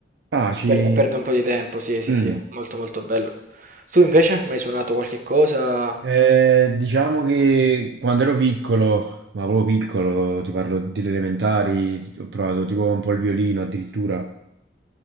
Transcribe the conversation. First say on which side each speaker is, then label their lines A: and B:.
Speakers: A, on the right (about 70°); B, on the right (about 45°).
A: Ah, ci...
B: e per- e perdo un po' di tempo, sì, sì,
A: mm.
B: sì, molto molto bello. Tu invece, mi hai suonato qualche cosa?
A: Eh, diciamo che quando ero piccolo, ma proprio piccolo, ti parlo delle elementari, ho provato tipo un po' il violino addirittura.